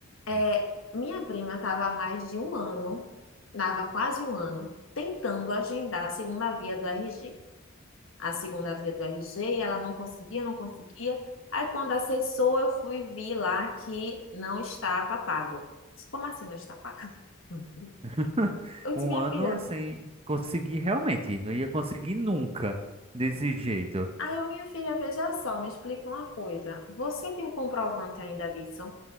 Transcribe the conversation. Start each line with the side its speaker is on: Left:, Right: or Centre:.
Left: é,
Right: né?
Left: minha prima estava há mais de um ano, estava quase um ano, tentando agendar a segunda via do RG a segunda via do RG, e ela não conseguia, não conseguia. Aí, quando acessou, eu fui ver lá que não estava pago. Disse, Como assim não está pago? <laughs> Hum.
Right: <laughs>
Left: Eu disse,
Right: Um
Left: minha
Right: ano
Left: filha,
Right: sem conseguir realmente, não ia conseguir nunca desse jeito.
Left: aí eu, minha filha, veja só, me explica uma coisa. Você tem um comprovante ainda disso?